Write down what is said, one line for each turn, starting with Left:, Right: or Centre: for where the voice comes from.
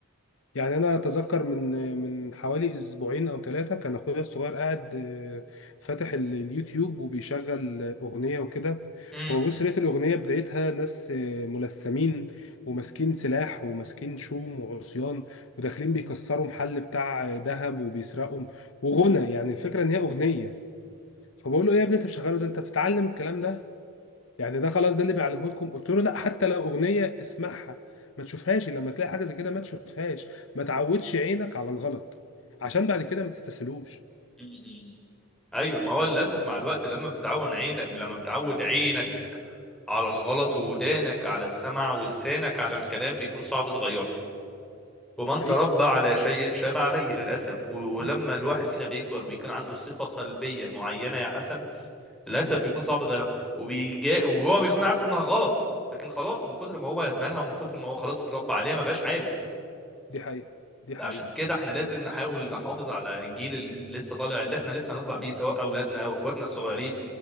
Left: يعني انا اتذكر من من حوالي اسبوعين او ثلاثه كان اخويا الصغير قاعد آه، فاتح ال- اليوتيوب وبيشغل آه، اغنيه وكده
Centre: امم
Left: فببص لقيت الاغنيه بدايتها ناس آه، ملثمين وماسكين سلاح وماسكين شوم وعصيان وداخلين بيكسروا محل بتاع آه، ذهب وبيسرقوا وغنى يعني الفكره ان هي اغنيه فبقول له ايه يا ابني انت بتشغله ده انت بتتعلم الكلام ده يعني ده خلاص ده اللي بيعلمه لكم قلت له لا حتى لو اغنيه اسمعها ما تشوفهاش لما تلاقي حاجه زي كده ما تشوفهاش ما تعودش عينك على الغلط عشان بعد كده ما تستسهلوش
Centre: امم. ايوه ما هو للاسف مع الوقت لما بتعود عينك لما بتعود عينك على الغلط وودانك على السمع ولسانك على الكلام بيكون صعب تغيره ومن
Left: حقيقه
Centre: تربى على شيء شاب عليه للاسف و- ولما
Left: صح
Centre: الواحد فينا
Left: صح
Centre: بيكبر وبيكون عنده صفه سلبيه معينه يا حسن للاسف
Left: مم.
Centre: بيكون صعب يغيرها وبيجا
Left: مم.
Centre: وهو بيكون عارف انها غلط لكن خلاص من كتر ما هو يدمنها ومن كتر ما هو خلاص اتربى عليها ما بقاش عارف
Left: دي حقيقه دي حقيقه
Centre: فعشان كده احنا لازم نحاول نحافظ على الجيل اللي لسه طالع اللي احنا لسه هنطلع بيه سواء اولادنا او اخواتنا الصغيرين